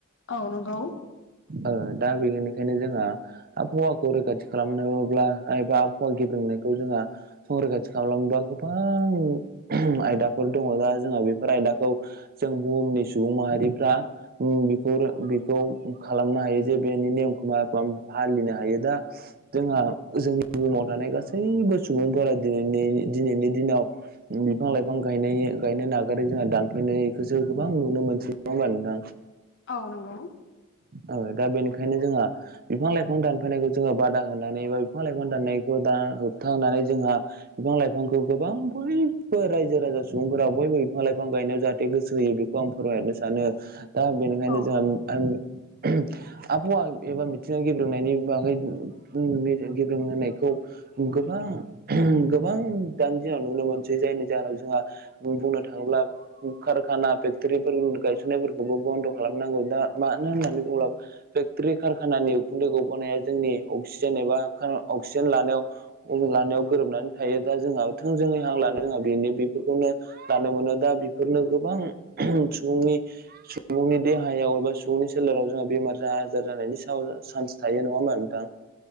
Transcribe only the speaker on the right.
औ दा बेनिखायनो जोंहा आबहावाखौ रैखाथि खालामनोब्ला ओ आबहावा गेब्रंनायखौ जोंहा संरैखाथि खालामलांबा गोबां आयदाफोर दङ दा जोंहा बेफोर आयदाखौ जों बुहुमनि सुबुं माहारिफ्रा उम बेफोर बेखौ खालामनो हायो जे बेनि नेमखौ मा फालिनो हायो दा जोंहा जोंनि बुहुमाव थानाय गासैबो सुबुंफोरा दिनै दि दिनैनि दिनाव बिफां लाइफां गायनाय गायनो नागारै जोंहा दानफैनायखौसो गोबां नुनो मोनसिनांगोन नोंथां? <inaudible>
औ दा बेनिखायनो जोंहा बिफां लाइफां दानफायनायखौ जोंङो बादा होनानै बा बिफां लाइफां दाननायखौ दा होबथनानै जोंहा बिफां लाइफांखौ गोबां बयबो रायजो राजा सुबुंफोरा बयबो बिफां लाइफां गायनायाव जाहाथे गोसो होयो बे खौ आं फोरमायनो सानो दा बेनिखायनो
जोंहा <unintelligible> आबहावा एबा मिथिङाव गेब्रेंनायनि बागै उम गेब्रें होनायखौ गोबां गोबां दानि दिनाव नुनो मोनसै जायनि जाहोनाव जोंहा जों बुंनो थाङोब्ला कारखाना फेक्टरिफोर गायसननाय फोरखौबो बन्द खालामनांगौ दा मानो होननानै अब्ला फेक्ट्रि कारखानानि उखुन्दै गबोनाया जोंनि अक्सिजेन एबा अक्सिजेन लानायाव लानायाव गोरोबनानै थायो दा जोंहा थोंजोङै हां लानो जोंहा बेनो बेफोरखौनो दानो मोनो दा बेफोरनो गोबां सुबुंनि सुबुंनि देहायाव एबा सुबुंनि सोलेराव जोंहा बेमार आजार जानायनि चान्स थायो नङा होमबा नोंथां?